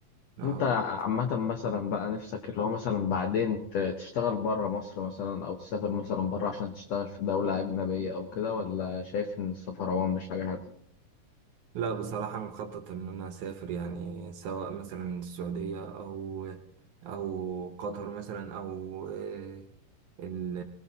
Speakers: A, on the right (about 70°); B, on the left (about 85°).
A: آه.
B: انت عامة مثلا بقى نفسك اللي هو مثلا بعدين ت- تشتغل بره مصر مثلا او تسافر مثلا بره عشان تشتغل في دولة اجنبية او كده ولا شايف ان السفر عموما مش حاجة حلوة
A: لا بصراحة انا مخطط ان انا اسافر يعني سواء مثلا السعودية او او قطر مثلا او آه، ال-